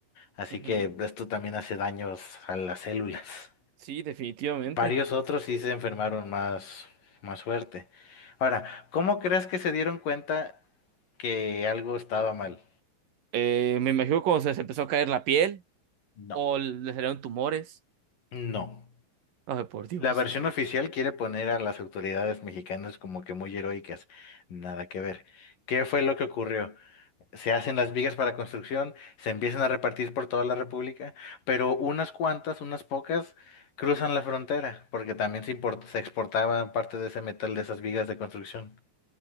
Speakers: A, on the left; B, on the right.
A: así
B: Ujú.
A: que esto también hace daños a las células.
B: Sí, definitivamente.
A: Varios otros sí se enfermaron más, más fuerte. Ahora, ¿cómo crees que se dieron cuenta que algo estaba mal?
B: Eh, me imagino cuando se les empezó a caer la piel
A: No.
B: o les salieron tumores.
A: No.
B: Ay, por Dios.
A: La versión oficial quiere poner a las autoridades mexicanas como que muy heroicas. Nada que ver. ¿Qué fue lo que ocurrió? se hacen las vigas para construcción, se empiezan a repartir por toda la República, pero unas cuantas, unas pocas, cruzan la frontera, porque también se import- se exportaba parte de ese metal de esas vigas de construcción.